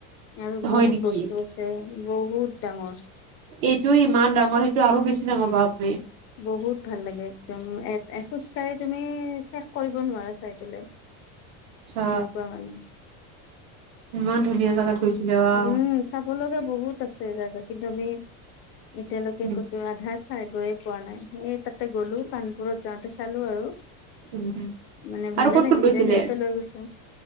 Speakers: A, on the left; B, on the right.
A: আৰু
B: হয়
A: বহুত
B: নেকি?
A: বস্তু আছে বহুত ডাঙৰ।
B: এইটোৱে ইমান ডাঙৰ সেইটো আৰু বেছি ডাঙৰ বাপৰে।
A: বহুত ভাল লাগে। একদম এ এ খোজ কাঢ়ি তুমি শেষ কৰিব নোৱাৰা চাই পেলে।
B: আচ্ছা
A: এনেকুৱা মানে।
B: ইমান। ধুনীয়া জাগাত গৈছিলে ৱাহ
A: উম চাব লগা। বহুত আছে জাগা কিন্তু আমি এতিয়ালৈকে
B: উম
A: ক'তো আধা। ঠাই গৈয়ে পোৱা নাই এই তাতে গ'লো কানপুৰত যাওঁতে চালোঁ আৰু।
B: উম
A: মানে
B: আৰু
A: ভালে
B: ক'ত
A: লাগিছে
B: ক'ত গৈছিলে
A: সিহঁতে লৈ গৈছে।